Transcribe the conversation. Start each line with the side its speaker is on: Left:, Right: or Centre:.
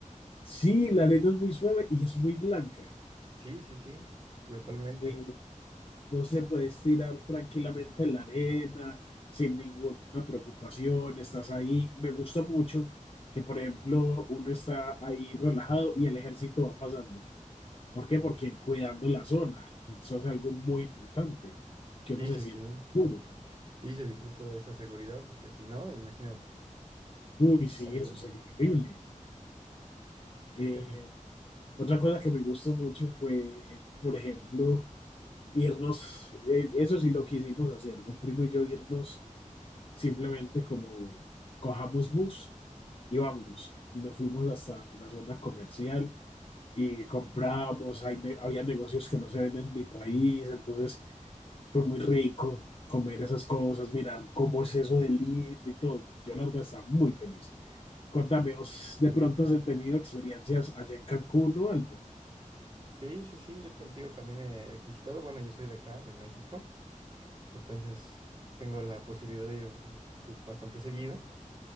Left: Sí, la arena es muy suave y es muy blanca.
Right: Sí, sí, sí, totalmente.
Left: eh, Vos te puedes tirar tranquilamente en la arena, sin ninguna preocupación, estás ahí. Me gusta mucho que, por ejemplo, uno está ahí relajado y el ejército va pasando. ¿Por qué? Porque cuidando la zona. Eso es algo muy importante, que
Right: Sí,
Left: uno se
Right: sí,
Left: siente
Right: sí.
Left: seguro.
Right: Sí, se disfruta de esa seguridad, porque si no, imagínate.
Left: Uy, sí,
Right: También.
Left: eso sería horrible.
Right: <laughs>
Left: Eh, otra cosa que me gustó mucho fue, por ejemplo, irnos, eh, eso sí lo quisimos hacer, un primo y yo irnos Simplemente como cojamos bus y vámonos. Y nos fuimos hasta la zona comercial y comprábamos, hay ne- había negocios que no se ven en mi país, entonces fue muy rico comer esas cosas, mirar cómo es eso de lindo y todo. Yo la verdad estaba muy feliz. Cuéntame, ¿vos de pronto has tenido experiencias allá en Cancún o algo?
Right: Sí, sí, sí, yo tam- tío, también he visitado, bueno, yo soy de acá, de México, entonces tengo la posibilidad de ir mm, pues bastante seguido,